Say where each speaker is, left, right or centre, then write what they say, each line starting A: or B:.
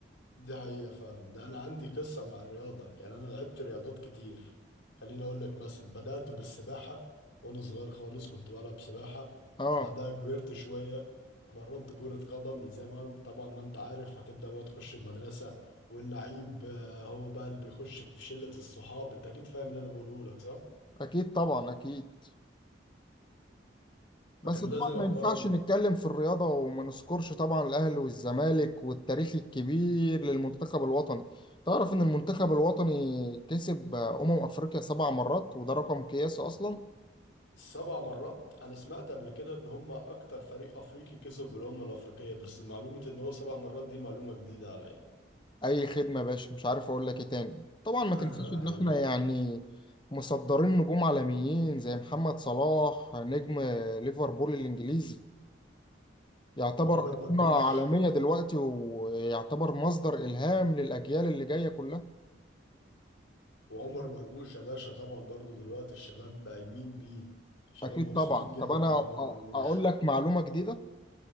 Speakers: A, on the left; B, on the left.
A: دي حقيقة فعلا ده أنا عندي قصة مع الرياضة يعني أنا لعبت رياضات كتير خليني أقول لك مثلا بدأت بالسباحة وأنا صغير خالص كنت بلعب سباحة
B: اه
A: بعدها كبرت شوية اتمرنت كرة قدم زي ما طبعا ما أنت عارف هتبدأ بقى تخش المدرسة واللعيب آه، هو بقى اللي بيخش في شلة الصحاب أنت أكيد فاهم اللي أنا بقوله لك صح؟
B: اكيد طبعا اكيد بس
A: فكان
B: طبعا
A: لازم أتمرن
B: ما ينفعش نتكلم في الرياضة وما نذكرش طبعا الأهلي والزمالك والتاريخ الكبير للمنتخب الوطني تعرف إن المنتخب الوطني كسب أمم أفريقيا سبع مرات وده رقم قياسي أصلا
A: سبع مرات أنا سمعت قبل كده إن هما أكتر فريق أفريقي كسب بالأمم الأفريقية بس معلومة إن هو سبع مرات دي معلومة جديدة عليا
B: أي خدمة يا باشا مش عارف أقول لك إيه تاني طبعا ما
A: <laughs>
B: تنسيش إن
A: حبيبي
B: إحنا يعني مصدرين نجوم عالميين زي محمد صلاح نجم ليفربول الإنجليزي يعتبر
A: وعمر مرموش
B: أيقونة عالمية دلوقتي ويعتبر مصدر إلهام للأجيال اللي جاية كلها
A: وعمر مرموش يا باشا طبعا برضو دلوقتي الشباب قايمين بيه الشباب
B: أكيد
A: مبسوطين
B: طبعا
A: جدا
B: طب أنا
A: بعمر
B: أ-
A: مرموش
B: أقول لك معلومة جديدة